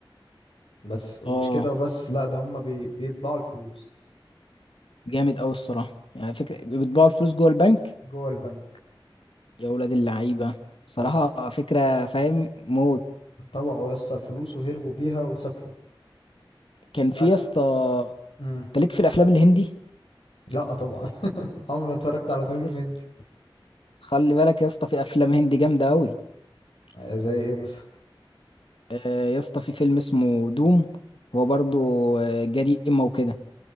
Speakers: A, on the left; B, on the left.
A: بس ومش
B: اه
A: كده وبس لا ده هما بي بيطبعوا الفلوس
B: جامد أوي الصراحة يعني فكرة بيطبعوا الفلوس جوه البنك
A: جوه البنك
B: يا ولاد اللعيبة صراحة
A: بس
B: فكرة فاهم موت
A: طبعوا يس الفلوس وهربوا بيها وسافروا
B: كان في
A: تعر-
B: يا اسطى
A: مم.
B: أنت ليك في الأفلام الهندي
A: لا طبعا <laughs> عمري ما اتفرجت على فيلم
B: يا اسطى
A: هندي
B: خلي بالك يا اسطى في أفلام هندي جامدة أوي
A: آه، زي ايه مثلا
B: آه، يا اسطى في فيلم اسمه دوم هو برضو آه، جريمة وكده